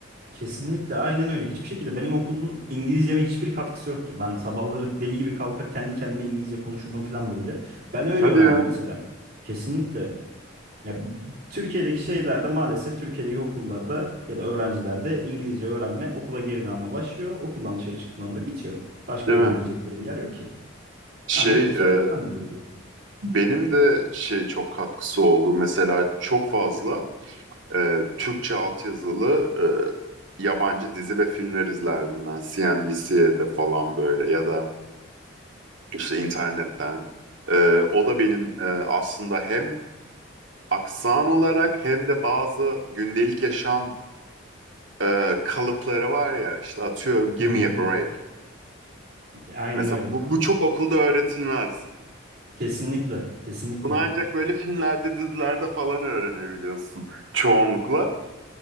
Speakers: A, on the right (about 50°); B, on the right (about 70°).
A: kesinlikle aynen öyle. Hiçbir şekilde benim okulun İngilizceme hiçbir katkısı yoktu. Ben sabahları deli gibi kalkar kendi kendime İngilizce konuşurdum falan böyle. Ben öyle
B: Hadi
A: öğrendim
B: ya.
A: mesela. Kesinlikle. Ya, Türkiye'deki şeylerde maalesef Türkiye'deki okullarda ya da öğrencilerde İngilizce öğrenme okula girdiğin anda başlıyor. Okuldan dışarı çıktığın anda bitiyor. Başka
B: Değil
A: öğrenebilecekleri
B: mi?
A: bir yer yok ki.
B: Şey
A: Ancak kurslarla
B: e,
A: falan gidebiliyor.
B: benim de şey çok katkısı oldu. Mesela çok fazla e, Türkçe altyazılı e, yabancı dizi ve filmler izlerdim ben. CNBC'de falan böyle ya da işte internetten. E, o da benim e, aslında hem aksan olarak hem de bazı gündelik yaşam e, kalıpları var ya işte atıyorum Give
A: Hı hı.
B: me a break.
A: Aynen
B: Mesela
A: öyle.
B: bu, bu çok okulda öğretilmez.
A: Kesinlikle. Kesinlikle.
B: Bunu ancak böyle filmlerde, dizilerde falan öğrenebiliyorsun çoğunlukla.